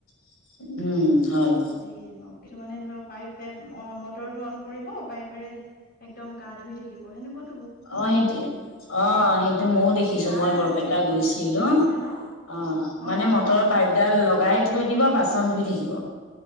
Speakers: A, on the left; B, on the left.
A: উম হয়
B: যিয়ে ন কিছুমানে ধৰক পাইপে অ মটৰটো অন কৰিব পাইপেৰে একদম গা ধুই থাকিব সেনেকুৱা।
A: অ' সেইটো অ' সেইটো মইয়ো
B: অ
A: দেখিছো,
B: যাৰ
A: মই বৰপেটা
B: আছে
A: গৈছিলো।
B: দেখিছে ন
A: অ মানে
B: অ
A: মটৰৰ পাইপডাল লগাই থৈ দিব বাচন ধুই থাকিব।